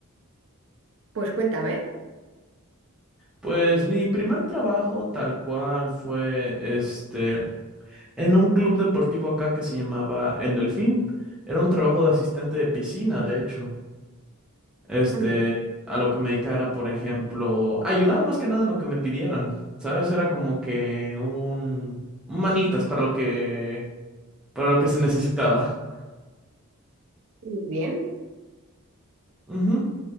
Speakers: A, on the right; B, in the centre.
A: Pues cuéntame.
B: Pues mi primer trabajo tal cual fue, este, en un club deportivo acá que se llamaba El Delfín. Era un trabajo de asistente de piscina, de hecho. Este,
A: Ujú.
B: a lo que me dedicara por ejemplo, ayudar más que nada en lo que me pidieran, ¿sabes? Era como que un, un manitas para lo que, para lo que se necesitaba.
A: Muy bien.
B: Ujú.